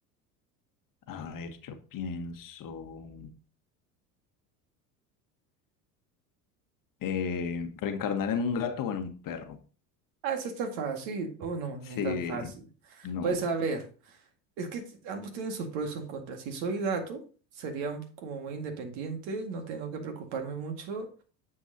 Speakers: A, on the left (about 45°); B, on the right (about 60°).
A: a ver, yo pienso eh, reencarnar en un gato o en un perro.
B: Ah, eso está fácil. Oh, no, ni
A: Sí,
B: tan fácil.
A: no.
B: Pues a ver. Es que t- ambos tienen sus pros y sus contras. Si soy gato, sería como muy independiente, no tengo que preocuparme mucho